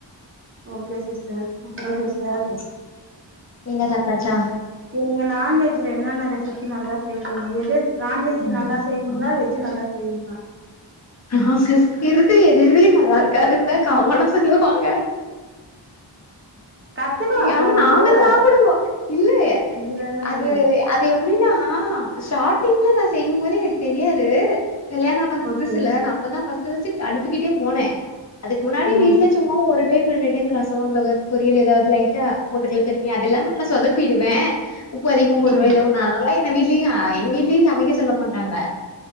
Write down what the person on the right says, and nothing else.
ஓகே சிஸ்டர் அப்புறோ சிஸ்டர்
நீங்க நான்வெஜ்ல என்னென்ன ரெசிபி நல்லா செய்வீங்க எது எது நான்வெஜ்ஜு
நல்லா செய்வீங்களா
வெஜ்ஜு நல்லா செய்வீங்களா
கத்துக்கலா
போக
போக
இதுல என்ன
இருக்கு
ஓகே
ம்
ம்